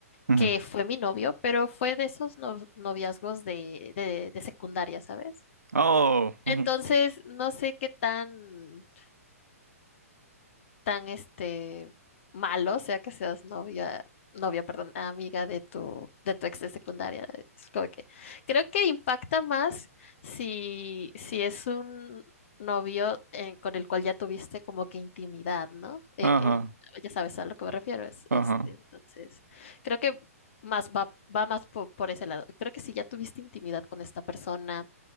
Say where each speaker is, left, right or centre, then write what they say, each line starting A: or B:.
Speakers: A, on the right (about 80°); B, on the left (about 55°).
A: ujú.
B: que fue mi novio, pero fue de esos no- noviazgos de, de, de secundaria, ¿sabes?
A: Oh,
B: Entonces,
A: ujú,
B: no sé qué tan, tan este malo sea que seas novia, novia, perdón, amiga de tu, de tu ex de secundaria. Es como que, creo que impacta más si, si es un novio eh, con el cual ya tuviste como que intimidad, ¿no? Eh,
A: ajá,
B: eh, ya sabes a lo que me refiero. Es,
A: ajá.
B: este, entonces, creo que más va, va más po- por ese lado. Creo que si ya tuviste intimidad con esta persona